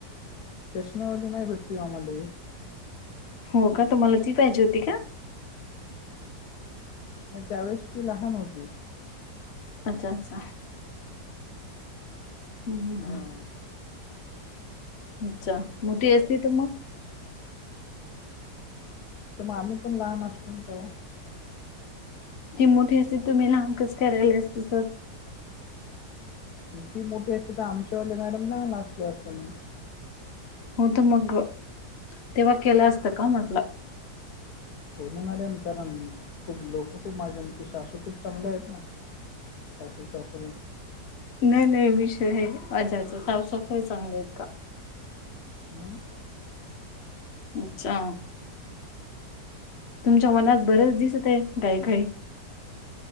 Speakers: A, on the left; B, on the left.
A: चष्म्यामध्येग नाही भेटली आम्हाला
B: हो का तुम्हाला ती पाहिजे होती का?
A: म त्यावेळेस ती लहान होती.
B: अच्छा अच्छा. हम्
A: हां
B: ह. अच्छा मोठी असती तर मग
A: तर मग आम्ही पण लहान असतो ते
B: ती मोठी असते तुम्ही लहान कच करायला असते तर
A: ती मोठी असते तर आमच्यावरली मॅडम ना नाचते असत ना.
B: होत मग तेव्हा केलं असतं का म्हटलं.
A: बून आ आहेम कारण खूप लोक खू माझ्या आमचे सासू खूप चांगले आहेत ना. <unintelligible>
B: नाही नाही विषय आहे अज्याच साफसफाई चांगली आहेत का?
A: हमम.
B: अच्छा तुमच्या मनात बरच दिसत आहे गायकााई